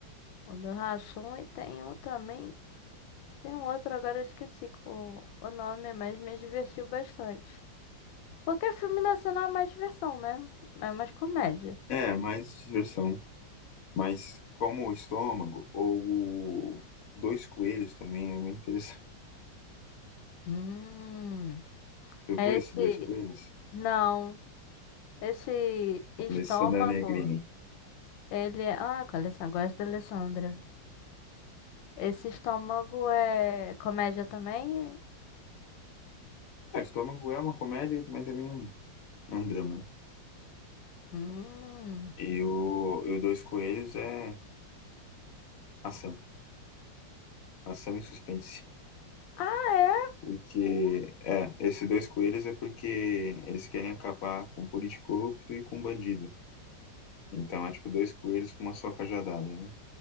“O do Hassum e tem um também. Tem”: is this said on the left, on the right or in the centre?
Left